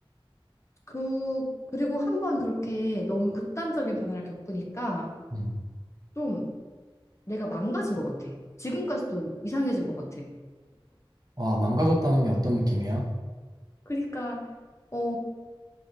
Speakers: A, on the left; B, on the right.
A: 그 그리고 한번 그렇게 너무 극단적인 변화를 겪으니까
B: 음.
A: 좀 내가 망가진 것 같아. 지금까지도 이상해진 것 같아.
B: 와, 망가졌다는 게 어떤 느낌이야?
A: 그러니까 어,